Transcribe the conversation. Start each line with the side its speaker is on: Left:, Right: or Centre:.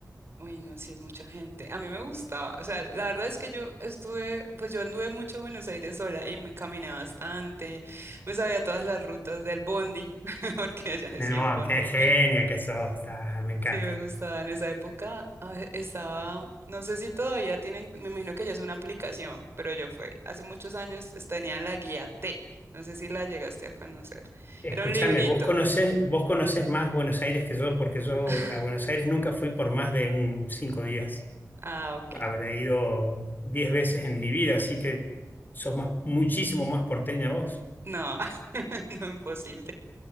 Right: Uy, no, sí, es mucha gente. A mí me gustaba. O sea, la verdad es que yo estuve, pues yo anduve mucho Buenos Aires sola y me caminé bastante. Me sabía todas las rutas del bondi, <laughs> porque allá decían
Left: Del Boa,
Right: bondi.
Left: qué genia que sos, ah, me encanta.
Right: Sí, me gustaba. En esa época ah, estaba, no sé si todavía tienen, me imagino que ya es una aplicación, pero yo fue, hace muchos años es- tenía la guía T. No sé si la llegaste a conocer.
Left: Escúchame,
Right: Era un librito.
Left: vos conocés, vos conocés más Buenos Aires que yo, porque yo
Right: <laughs>
Left: a Buenos Aires nunca fui por más de un cinco días.
Right: Ah, ok.
Left: Habré ido diez veces en mi vida, así que sos más, muchísimo más porteña vos.
Right: No, <laughs> no, imposible.